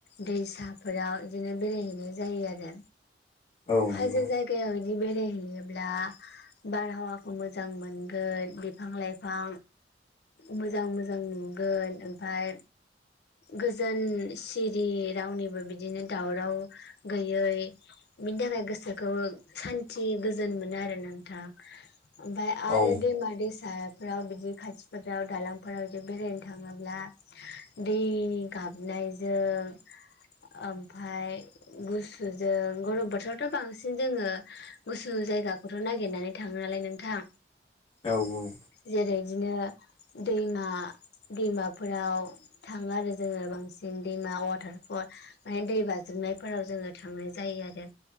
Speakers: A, on the left; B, on the left.
A: दैसाफोराव बिदिनो बेरायहैनाय जायो आरो
B: औ
A: हाजो
B: नंगौ
A: जायगायाव बेरायहैनोयोब्ला बारहावाखौ मोजां मोनगोन बिफां लाइफां मोजां मोजां नुगोन ओमफ्राय गोजोन सिरि रावनिबो बिदिनो दावराव गैयै मि नि थाखाय गोसोखौ सान्थि गोजोन मोनो आरो नोंथां। ओमफ्राय आरो आरो
B: औ
A: दैमा दैसा सा फोराव बिदि खाथिफोराव दालांफोराव जुदि बेरायनो थाङोब्ला दै गाबनायजों ओमफाय गुसुजों गरम बोथोरावथ' बांसिन जोङो गुसु जायगाखौथ' नागिरनानै थाङो नालाय नोंथां।
B: औ औ
A: जेरै बिदिनो दैमा दैमा फोराव थाङो आरो जोङो बांसिन दैमा वाटार फल ओमफ्राय दै बाज्रुमनायफोराव जों थांनाय जायो आरो